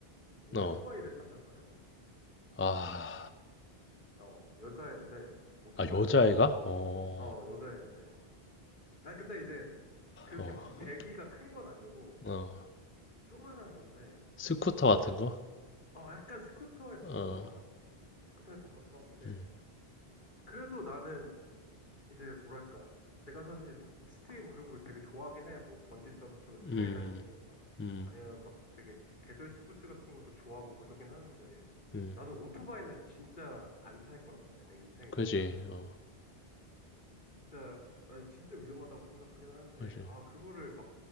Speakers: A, on the left; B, on the left.
A: 오토바이를
B: 어.
A: 탄단 말이야.
B: 아.
A: 어, 여자애인데 오토바이를
B: 아, 여자애가?
A: 타.
B: 어.
A: 어, 여자애인데. 아, 근데 이제 그렇게
B: 어.
A: 막 배기가 큰 건 아니고
B: 어.
A: 조만한 건데
B: 스쿠터
A: 사실
B: 같은 거?
A: 어, 약간 스쿠터에 더
B: 어.
A: 가까운 것 같아. 스쿠터에 더 가까운데
B: 음.
A: 그래도 나는 이제 뭐랄까 내가 사실 뭐 익스트림 그런 걸 되게 좋아하긴 해. 뭐 번지 점프, 스카이다이빙
B: 음.
A: 막
B: 음.
A: 아니면 막 되게 계절 스포츠 같은 것도 좋아하고 그러긴 하는데
B: 음.
A: 나는 오토바이는 진짜 안 탈 거란 말이야. 내 인생에서
B: 그지. 어.
A: 진짜 나 진짜 위험하다고 생각하긴 하는데
B: 그지.
A: 아 그거를 막